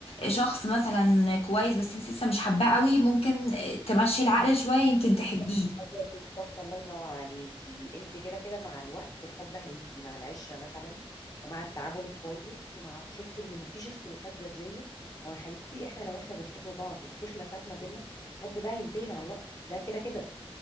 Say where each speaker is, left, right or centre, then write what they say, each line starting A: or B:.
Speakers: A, on the left; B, on the left.
A: شخص مثلا كويس بس انت لسه مش حباه قوي ممكن تمشي العقل شوية يمكن تحبيه
B: أيوة بالظبط الله ينور عليكي انت كده كده مع الوقت الحب هيجي مع العشره مثلا ومع التعامل الكويس ومع تحسي ان مفيش اختلافات جذريه ما هو يا حبيبتي احنا لو احنا بنحب بعض وفي خلافات ما بيننا الحب ده هينتهي مع الوقت ده كده كده